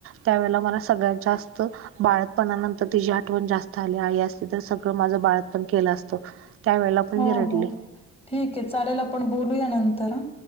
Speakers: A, on the right; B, on the left.
A: त्यावेेळेला मला सगळ्यात जास्त बाळतपणानंतर तिची आठवण जास्त आली, आई असती तर सगळं माझं बाळतपण केलं असतं. त्यावेळेला पण
B: हो
A: मी रडले
B: हो ठीक्ये चालेल, आपण बोलूया नंतर हं.